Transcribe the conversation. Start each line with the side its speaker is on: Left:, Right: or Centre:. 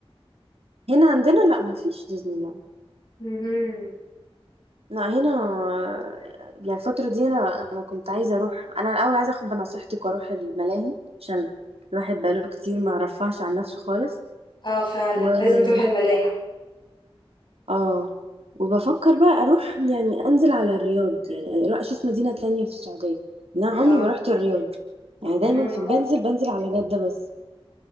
Right: هنا عندنا لا مفيش ديزني لاند
Left: امم
Right: لا هنا يعني الفترة دي أنا أنا كنت عايزة أروح أنا الأول عايزة أخد بنصيحتك وأروح الملاهي عشان الواحد بقاله كتير ما رفعش عن نفسه خالص
Left: اه فعلا
Right: و
Left: لازم
Right: تمام.
Left: تروحي الملاهي
Right: آه وبفكر بقى أروح يعني أنزل على الرياض يعني أروح أشوف مدينة تانية في السعودية أنا عمري
Left: اه
Right: ما رحت الرياض يعني دايما
Left: مم.
Right: في بنزل بنزل على جدة بس